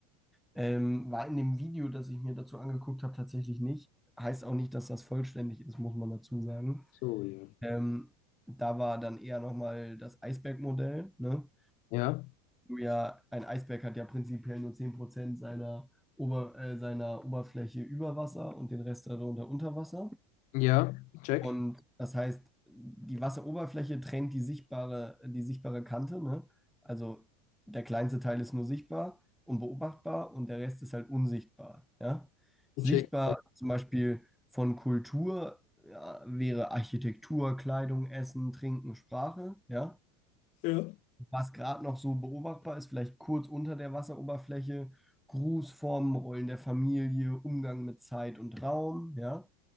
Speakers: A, in the centre; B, on the left.
A: ähm, war in dem Video, das ich mir dazu angeguckt habe, tatsächlich nicht. Heißt auch nicht, dass das vollständig ist, muss man dazu sagen.
B: So, ja.
A: Ähm, da war dann eher nochmal das Eisbergmodell, ne?
B: Ja,
A: du ja, ein Eisberg hat ja prinzipiell nur 10% seiner, Ober, äh, seiner Oberfläche über Wasser und den Rest darunter unter Wasser.
B: ja, ich check.
A: Und das heißt, die Wasseroberfläche trennt die sichtbare, die sichtbare Kante, ne? Also der kleinste Teil ist nur sichtbar und beobachtbar und der Rest ist halt unsichtbar, ja?
B: Ich
A: Sichtbar
B: check. check.
A: zum Beispiel von Kultur, ja, wäre Architektur, Kleidung, Essen, Trinken, Sprache, ja?
B: Ja.
A: was gerade noch so beobachtbar ist, vielleicht kurz unter der Wasseroberfläche, Grußformen, Rollen der Familie, Umgang mit Zeit und Raum, ja.